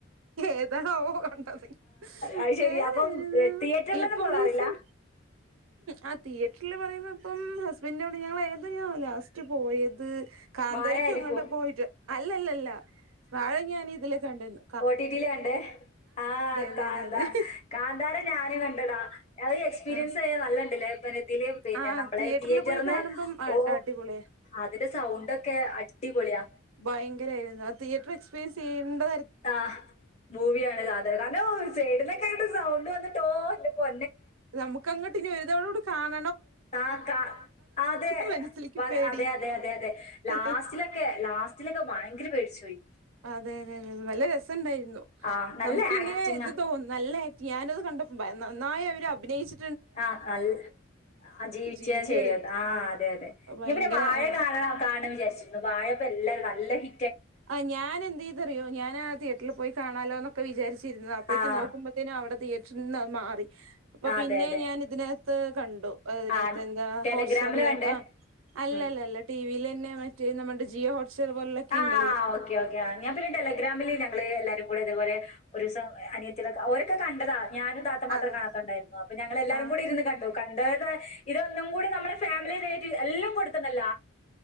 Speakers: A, on the right; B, on the left.
A: ഏതാണോ കണ്ടത്
B: അത് ശരി
A: ഏതായിരുന്നു
B: അപ്പം തിയേറ്ററിലൊന്നും
A: ഇപ്പൊ
B: പോവാറില്ല
A: റീസിൻ ആഹ് തിയേറ്ററില് പറയുന്ന ഇപ്പം ഹസ്ബന്റോടെ ഞങ്ങ ഏതയാ ലാസ്റ്റ് പോയത് കാന്തരിക്ക്
B: വാഴ ആയിരിക്കും
A: എങ്ങോട്ട് പോയിട്ട്. അല്ല ല്ല ല്ല വാഴെ ഞാൻ ഇതില് കണ്ടിര്ന്നു
B: ഓ ട്ടി ട്ടി ല കണ്ടേ ആ
A: അതെ
B: കാന്താ
A: അതെ അതെ
B: കാന്താര ഞാനും കണ്ട് ഡാ അത് എക്സ്പീരിയൻസ്
A: ആഹ്
B: ആയ നല്ലണ്ടല്ലേ ഇപ്പത്തി പിന്നെ
A: ആഹ്
B: നമ്മളെ
A: തിയേറ്ററിൽ
B: തിയേറ്ററിന്ന്
A: പോയി കാണുമ്പം
B: ഓ
A: അടിപൊളിയ
B: അതിന്റെ സൗണ്ട് ക്കെ അടിപൊളിയ.
A: ഭയങ്കരായിരുന്നു അ തിയറ്റർ എക്സീരിയൻസ് ചെയേണ്ടെ
B: ആഹ് ഭൂവിയാണ് കാതൽ <unintelligible> സൈഡിലൊക്കെ ആയിട്ട് സൗണ്ട് വന്ന്ട്ടോ എന്റെ പൊ
A: നമുക്കങ്ങട്ട് ഇനി ഒരു തവണ കൂടെ കാണ
B: ആഹ് കാ അതെ
A: മനസ്സിലേക്ക്
B: പാ
A: പേടി
B: അതെ അതെ അതെ അതെ ലാസ്റ്റിലൊക്കെ
A: അതെ
B: ലാസ് റ്റിലൊക്കെ ഭയങ്കര പേടിച്ചോയി
A: അതെതെതെ നല്ല രസണ്ടായിരുന്നു
B: ആഹ് നല്ല
A: നമുക്കിങ്ങനെ
B: ആക്ടിങ്ങാ
A: ഇത് തോ നല്ല ആക്ടി ഞാനത് കണ്ടപ്പോ ഭയ നന്നായിയവ ര് അഭിനയിച്ച്
B: ആഹ് അല് ആഹ് ജീവിച്ചാ
A: ജീവിക്കവര്
B: ചെയ്യത് ആഹ് അതെ അതെ
A: ഭയങ്കര
B: ഇഞ്ഞ് പിന്നെ വാഴ
A: ആയിരുന്നു.
B: കാണണം കാണാൻ വിചാരിച്ചിരുന്നു വാഴപ്പോ എല്ലാരും നല്ല ഹി
A: ആഹ് ഞാന് എന്തെയ്തു അറിയോ ഞാനാ തിയേറ്ററ്ല് പോയി കാണാലോന്നൊക്കെ വിചാരി ച്ചിരുന്നാ അപ്പഴേക്കും
B: ആഹ്
A: നോക്കുമ്പത്തേനും അവിടെ തിയേ റ്ററ്ന്നാ മാറി അപ്പൊ
B: അതെ
A: പിന്നെ
B: അതെ
A: ഞാൻ ഇതിനാ ത്ത് കണ്ടു അയ്നാത്ത്
B: ആഹ്
A: എന്താ
B: ടെലഗ്രാമില്
A: ഹോട്ട് സ്റ്റാർല്
B: കണ്ടേ
A: ആഹ് അല്ലല്ലല്ല
B: ഉം
A: ടീ തിലന്നെ മറ്റേ നമ്മടെ ജിയോ ഹോ <unintelligible>
B: ആഹ് ഓക്കെ ഓക്കെ ആഹ് ഞാൻ പിന്നെ ടെലഗ്രാമില് ഞങ്ങള് എല്ലാരുക്കൂടെ ഇതുപോലെ ഒരൂസം അനിയത്തിളൊക്കെ ഓര് കെ കണ്ടതാ ഞാനും താത്ത മാത്രം
A: അതെ
B: കാണാത്തദ് അപ്പോ ഞങ്ങൾ എല്ലാരും
A: ആഹ്
B: കൂടി ഇരിന്നു കണ്ടു കണ്ടത് ഇതൊന്നും കൂടി നമ്മളെ ഫാമിലിറ്റ എല്ലാം കൊടുക്കുന്നല്ല